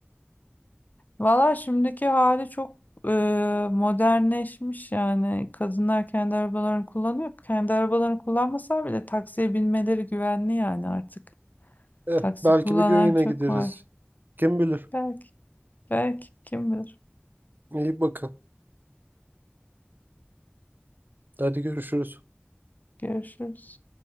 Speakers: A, on the left; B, on the right.
A: Valla şimdiki hali çok e, modernleşmiş yani. Kadınlar kendi arabalarını kullanıyor. Kendi arabalarını kullanmasa bile taksiye binmeleri güvenli yani artık.
B: Eh,
A: Taksi
B: belki
A: kullanan
B: bir gün yine
A: çok
B: gideriz.
A: var.
B: Kim bilir.
A: Belki, belki kim bilir.
B: İyi bakın. Hadi görüşürüz.
A: Görüşürüz.